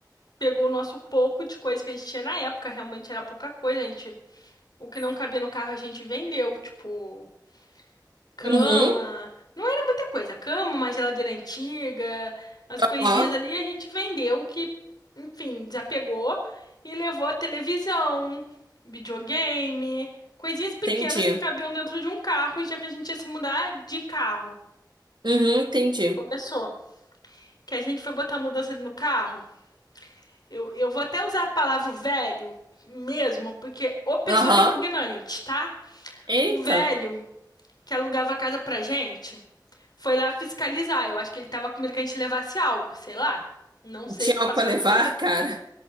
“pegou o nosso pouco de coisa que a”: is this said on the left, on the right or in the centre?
Left